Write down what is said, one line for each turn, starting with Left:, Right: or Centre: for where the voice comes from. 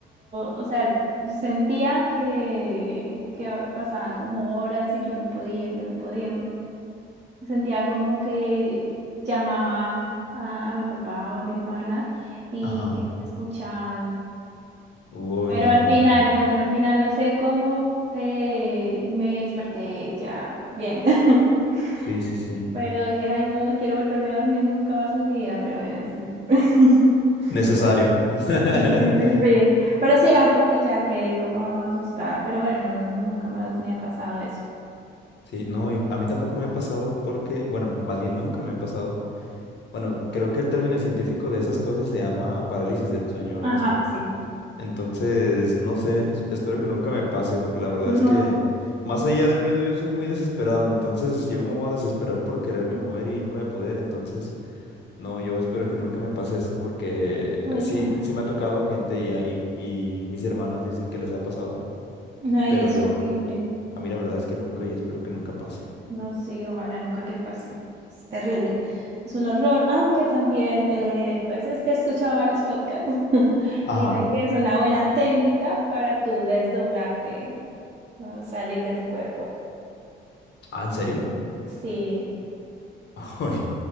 Right: o sea, yo sentía que, que pasaban como horas y yo no podía, yo no podía. Sentía como que llamaba a, a mi papá o a mi hermana y
Left: Ajá.
Right: que no me escuchaban.
Left: Uy,
Right: Pero
Left: no,
Right: al
Left: no,
Right: final,
Left: no.
Right: bueno, al final no sé cómo eh, me desperté ya bien. <laughs>
Left: Sí, sí, sí.
Right: Pero dije, ay, no, no quiero volverme a dormir nunca más en mi vida, pero bueno, eso es. <laughs>
Left: Necesario. <laughs>
Right: Sí, sí, sí, sí. Pero sí era porque ya quedé como asustada. Pero bueno, no, no, nunca más me ha pasado eso.
Left: Sí, no, y a mí tampoco me ha pasado porque, bueno, más bien nunca me ha pasado. Bueno, creo que el término científico de esas cosas se llama parálisis del sueño, algo
Right: Ajá,
Left: así.
Right: sí.
Left: Entonces, no sé, es- espero que nunca me pase, porque la verdad
Right: No,
Left: es que más allá del miedo yo soy muy desesperado, entonces yo me voy a desesperar por quererme mover y no voy a poder, entonces, no, yo espero que nunca me pase eso, porque
Right: uy,
Left: sí,
Right: no.
Left: sí me ha tocado gente y, a- y, y mis hermanos dicen que les ha pasado,
Right: No, y
Left: pero
Right: es
Left: yo,
Right: horrible.
Left: a mí la verdad es que nunca y espero que nunca pase.
Right: No, sí, ojalá nunca te pase. Es terrible. Es un horror, aunque también, eh, pues es que he escuchado varios podcasts. <laughs>
Left: Ajá.
Right: Dicen que es una buena técnica para tú desdoblarte, o salir de tu cuerpo.
Left: Ah, ¿en serio?
Right: Sí.
Left: <laughs> Uy,